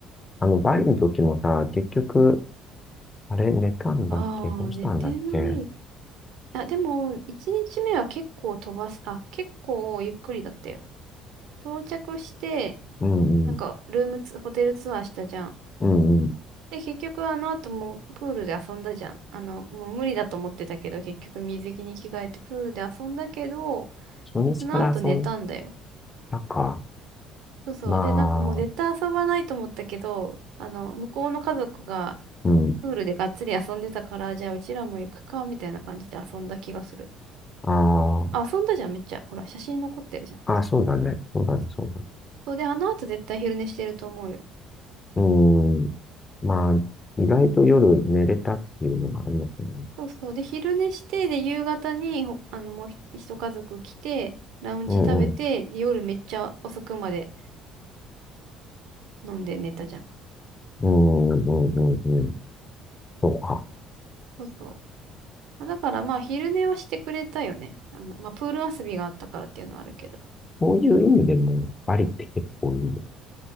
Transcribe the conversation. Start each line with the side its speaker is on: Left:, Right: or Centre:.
Left: あの、バリの時もさ、結局、あれ、寝たんだっけどうしたんだっけ
Right: ああ、寝てない。あ、でも、1日目は結構飛ばす、あ、結構ゆっくりだったよ。到着して、
Left: うんうん。
Right: なんか、ルームツ、ホテルツアーしたじゃん。
Left: うんうん。
Right: で、結局あの後もプールで遊んだじゃん。あの、もう無理だと思ってたけど、結局水着に着替えてプールで遊んだけど、
Left: 初日から遊ん
Right: その後寝たんだよ。
Left: だか。
Right: そうそう。
Left: ま
Right: で、なんかもう絶対遊ばないと思ったけど、
Left: あ、
Right: あの、向こうの家族が
Left: うん。
Right: プールでがっつり遊んでたから、じゃあうちらも行くか、みたいな感じで遊んだ気がする。
Left: ああ。
Right: あ、遊んだじゃん、めっちゃ。ほら、写真残ってるじゃん。
Left: あ、そうだね。そうだね、そうだね。
Right: そうで、あの後絶対昼寝してると思うよ。
Left: うーん。まあ、意外と夜寝れたっていうのがあるのかな。
Right: そうそう。で、昼寝して、で、夕方にほ、あの、もうひ一家族来て、ラウンジ食べて、
Left: うんうん。
Right: で、夜めっちゃ遅くまで飲んで寝たじゃん。
Left: うんうんうんうんうん。そうか。
Right: そうそう。まあだからまあ、昼寝はしてくれたよね。あの、まあ、プール遊びがあったからっていうのはあるけど。
Left: そういう意味でも、バリって結構いいね。